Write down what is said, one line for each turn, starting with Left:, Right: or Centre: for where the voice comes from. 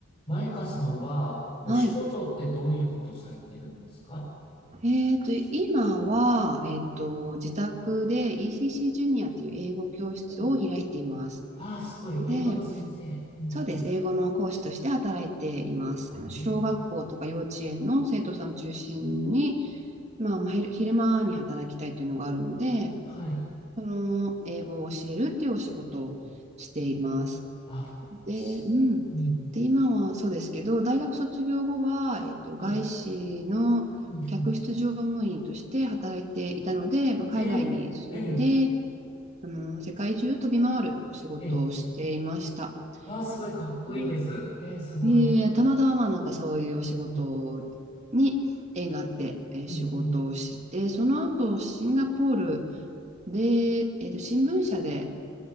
Left: マイカさんは、お仕事ってどういうことされてるんですか
Right: はい。えっと、今は、えっと、自宅で ECC ジュニアという英語教室を開いています。
Left: お、ああ、すごい。
Right: ので、
Left: 英語の先生。うんうん、
Right: そうです。英語の講師として働いています。あの小学校とか幼稚園の生徒さん中心に、
Left: えーうん
Right: まあ、まあ昼昼間に働きたいというのがあるので、
Left: はい。
Right: その英語を教えるっていうお仕事をしています。
Left: うんあ、
Right: で、
Left: すごい。
Right: うん。
Left: うんうん、
Right: で、今はそうですけど、大学卒業後は、えっと、
Left: はい。
Right: 外資の客室乗務員として働いていたので、
Left: うんうん、
Right: まあ、海外に住んで、
Left: えー、え
Right: あの、世界中飛び回るお仕事をしていました。
Left: ー、えー、ああ、すごい。かっこいいです。
Right: で
Left: えー、すごい。
Right: いえたまたままあなんかそういうお仕事に縁があって、
Left: うん
Right: えー仕事をして、
Left: うん、うんうん、
Right: その後シンガポールで、えっと、新聞社で